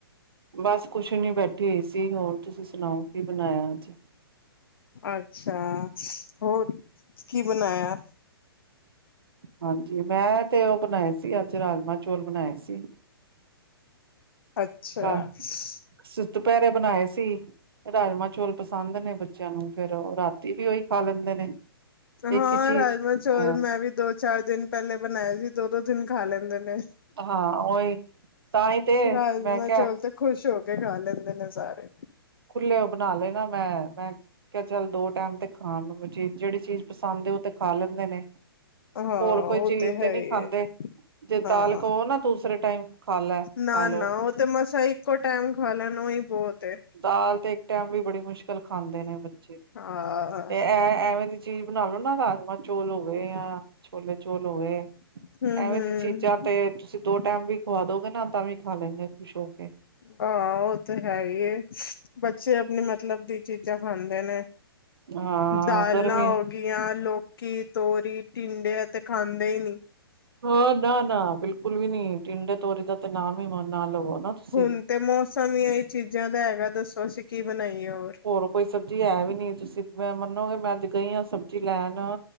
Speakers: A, on the right; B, on the left.
A: ਬਸ ਕੁਛ ਨੀ ਬੈਠੀ ਹੋਈ ਸੀ। ਹੋਰ ਤੁਸੀਂ ਸੁਣਾਓ, ਕੀ ਬਣਾਇਆ ਅੱਜ।
B: ਅੱਛਾ, ਹੋਰ ਕੀ ਬਣਾਇਆ।
A: ਹਾਂਜੀ। ਮੈਂ ਤੇ ਉਹ ਬਣਾਏ ਸੀ, ਅੱਜ ਰਾਜਮਾਂ ਚੋਲ ਬਣਾਏ ਸੀ।
B: ਅੱਛਾ
A: ਆਹ, ਸੂਤ-ਦੁਪਿਹਰੇ ਬਣਾਏ ਸੀ। ਰਾਜਮਾਂ ਚੌਲ ਪਸੰਦ ਨੇ ਬੱਚਿਆਂ ਨੂੰ, ਫੇਰ ਉਹ ਰਾਤੀ ਵੀ ਉਹੀ ਖਾ ਲੈਂਦੇ ਨੇ।
B: ਹਾਂ।
A: ਇੱਕ ਹੀ ਚੀਜ਼
B: ਰਾਜਮਾਂ ਚੌਲ
A: ਹਾਂ
B: ਮੈਂ ਵੀ ਦੋ- ਚਾਰ ਦਿਨ ਪਹਿਲੇ ਬਣਾਏ ਸੀ। ਦੋ- ਦੋ ਦਿਨ ਖਾ ਲੈਂਦੇ ਨੇ,
A: ਹਾਂ ਉਹੀ ਤਾਂ ਹੀ ਤੇ
B: ਰਾਜਮਾਂ
A: ਮੈਂ ਕਿਹਾ
B: ਚੋਲ ਤੇ ਖੁਸ਼ ਹੋ ਕੇ ਖਾ ਲੈਂਦੇ ਨੇ ਸਾਰੇ।
A: ਖੁੱਲੇ ਉਹ ਬਣਾ ਲੈ ਨਾ ਮੈਂ, ਮੈਂ ਕ ਚੱਲ ਦੋ ਟਾਈਮ ਤੇ ਖਾਣ ਨੂੰ ਬੱਚੇ, ਜਿਹੜੀ ਚੀਜ਼ ਪਸੰਦ ਹੈ ਉਹ ਤੇ ਖਾ ਲੈਂਦੇ ਨੇ।
B: ਹਾਂ
A: ਹੋਰ ਕੋਈ
B: ਉਹ
A: ਚੀਜ਼
B: ਹੈ
A: ਤੇ ਨਹੀਂ
B: ਹੀ
A: ਖਾਂਦੇ।
B: ਹੈ
A: ਜੇ
B: ਹਾਂ
A: ਦਾਲ ਕੋ ਨਾ ਦੂਸਰੇ ਟਾਈਮ ਖਾ ਲੈ। ਖਾ
B: ਨਾ
A: ਲੋ
B: ਨਾ। ਉਹ ਤੇ ਮਸਾ ਇੱਕੋ ਟਾਈਮ ਖ ਲੈਣ ਉਹ ਹੀ ਬਹੁਤ ਐ।
A: ਦਾਲ ਤੇ ਇੱਕ ਟਾਈਮ ਵੀ ਬੜੀ ਮੁਸ਼ਕਿਲ ਨਾ ਲ ਖਾਂਦੇ ਨੇ ਬੱਚੇ,
B: ਹਾਂ
A: ਤੇ ਐ -ਐਵੇਂ ਦੀ ਚੀਜ਼ ਬਣਾ ਲੋ ਨਾ ਰਾਜਮ ਚੋਲ ਹੋ ਗਿਆ ਜਾਂ ਛੋਲੇ ਚੋਲ ਹੋ ਗੇ,
B: ਹੂੰ
A: ਐਵੇਂ
B: ਹੂੰ
A: ਦੀ ਚੀਜ਼ਾਂ ਤੇ ਤੁਸੀਂ ਦੋ ਟਾਈਮ ਵੀ ਖਵਾਦੋ ਗੇ ਨਾ। ਤਾਂ ਵੀ ਖਾ ਲੈਂਦੇ ਖੁਸ਼ ਹੋ ਕੇ।
B: ਹਾਂ। ਉਹ ਤੇ ਹੈ ਹੀ ਹੈ, ਬੱਚੇ ਆਪਣੇ ਮਤਲਬ ਦੀ ਚੀਜ਼ਾਂ ਖਾਂਦੇ ਨੇ।
A: ਹਾਂ
B: ਦਾਲਾਂ
A: ਗਰਮੀ
B: ਹੋ ਗੀਆਂ। ਲੋਕੀ, ਤੋਰੀ, ਟਿੰਡੇ ਤੇ ਖਾਂਦੇ ਹੀ ਨੀ।
A: ਹਾਂ। ਨਾ-ਨਾ ਬਿਲਕੁਲ ਵੀ ਨੀ, ਟਿੰਡੇ, ਤੋਰੀ ਦਾ ਤੇ ਨਾਮ ਹੀ ਮ ਨਾ ਲਵੋ ਨਾ। ਤੁਸੀਂ।
B: ਹੁਣ ਤੇ ਮੌਸਮ ਹੀ ਇਹ ਚੀਜ਼ਾਂ ਦਾ ਹੈਗਾ ਦੱਸੋ। ਅਸੀਂ ਕੀ ਬਣਾਈਏ ਹੋਰ।
A: ਹੋਰ ਕੋਈ ਸਬਜ਼ੀ ਹੈ ਵੀ ਨੀ, ਤੁਸੀਂ ਮੈਂ ਮੰਨੋਗੇ, ਮੈਂ ਅੱਜ ਗਈ ਹਾਂ ਸਬਜ਼ੀ ਲੈਣ।